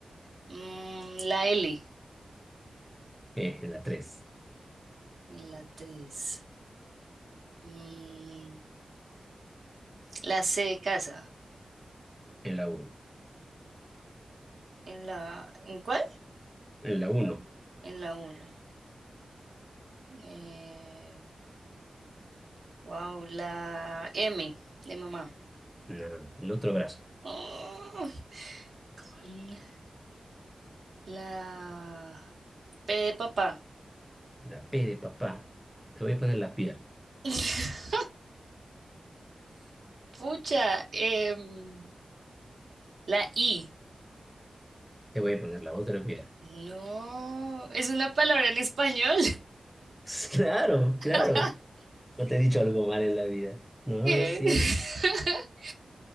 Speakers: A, on the right; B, in the centre.
A: Mm, la L
B: eh, en la tres
A: en la tres. Mm, la C de casa.
B: en la uno
A: ¿En la, en cuál?
B: en la uno
A: En la uno. Eh, Wow, la M de mamá.
B: no, el otro brazo,
A: Oh, con la P de papá.
B: la P de papá, te voy a poner la pierna,
A: <laughs> Pucha, em, la I.
B: te voy a poner la otra pierna.
A: No, es una palabra en español.
B: <laughs> Claro, claro,
A: <laughs>
B: no te he dicho algo mal en la vida. No,
A: ¿Qué?
B: sí.
A: <laughs>